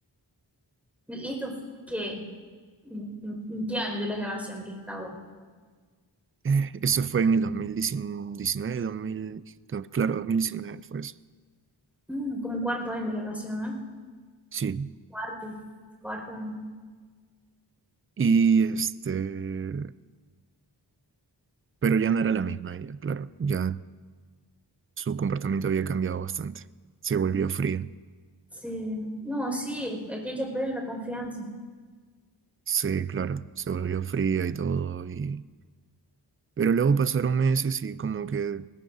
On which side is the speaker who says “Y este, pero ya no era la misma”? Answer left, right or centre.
Right